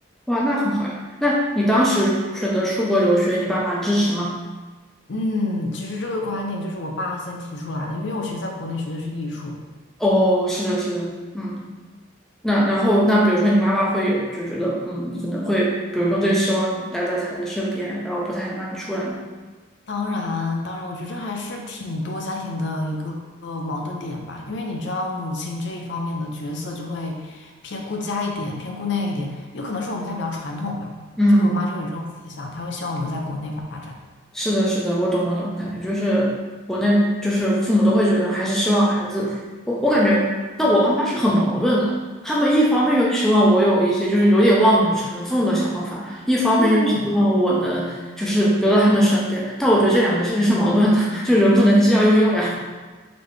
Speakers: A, in the centre; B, on the left.
A: 哇，那很好呀。那你当时选择出国留学，你爸妈支持吗？
B: 嗯，其实这个观点就是我爸先提出来的，因为我其实在国内学的是艺术。
A: 哦，是的，是的，嗯。那然后，那比如说你妈妈会有就觉得，嗯，可能会，比如说更希望你待在她的身边，然后不太想让你出来。
B: 当然，当然，我觉得这还是挺多家庭的一个呃矛盾点吧，因为你知道母亲这一方面的角色就会偏顾家一点，偏顾那一点，有可能是我们家比较传统吧，
A: 嗯。
B: 就会我妈就会有这种思想，她会希望我留在国内发展。
A: 是的，是的，我懂，我懂，感觉就是国内就是父母都会觉得还是希望孩子，我我感觉，但我爸妈是很矛盾的，他们一方面又希望我有一些就是有点望女成凤的想法，
B: 嗯，
A: 一方面又希望我能就是留在他们身边，
B: 嗯嗯，
A: 但我觉得这两个事情是矛盾的，就人不能既要又要呀。
B: <laughs>